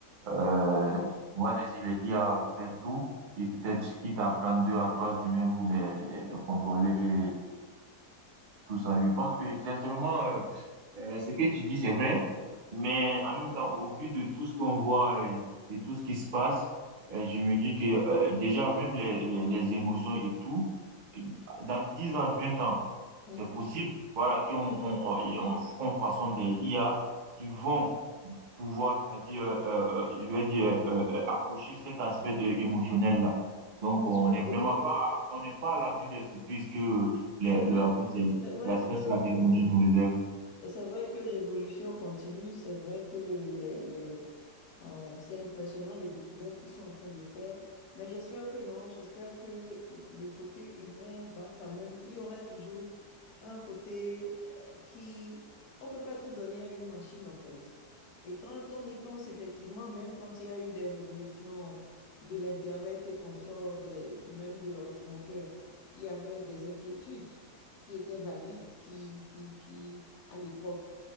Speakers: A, on the right; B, on the left.
A: euh, on va laisser les I a faire tout et peut-être quitte à prendre deux à trois humains pour les, les, les contrôler, tout ça. Je pense que sincèrement, euh, euh, ce que tu dis, c'est vrai. Mais en même temps, au vu de tout ce qu'on voit et, et tout ce qui se passe, euh, je me dis que euh, déjà, même les, les, les émotions et tout, et dans 10 ans, 20 ans,
B: mhm.
A: c'est possible, voilà, qu'on on, on, on- qu'on façonne des IA qui vont pouvoir, c'est-à-dire, euh, euh, euh, je vais dire, euh, euh, approcher cet aspect de- émotionnel-là. Donc,
B: Bien
A: on
B: sûr
A: n'est vraiment
B: que non.
A: pas, à- on n'est pas à l'abri des surprises que les,
B: C'est vrai,
A: les- en fait, c'est-
B: c'est vrai
A: la science,
B: que
A: la technologie nous réserve.
B: C'est vrai que l'évolution continue, c'est vrai que les, les, euh, c'est impressionnant les découvertes qu'ils sont en train de faire, mais j'espère que non, j'espère que le côté humain va quand même, il y aura toujours un côté euh, qui, on peut pas tout donner à une machine en fait. Et quand on y pense effectivement, même quand il y a eu des révolutions de l'Internet et qu'on sort des, même de l'ordinateur, il y avait des inquiétudes qui étaient valides, qui, qui, qui, à l'époque,